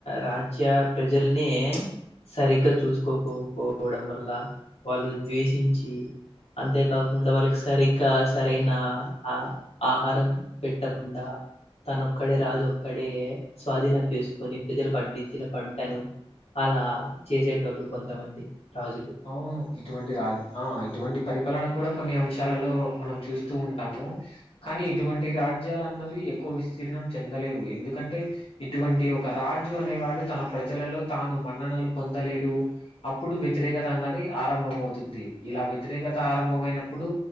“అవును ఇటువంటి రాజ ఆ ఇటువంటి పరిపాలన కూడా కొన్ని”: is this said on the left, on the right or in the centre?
Left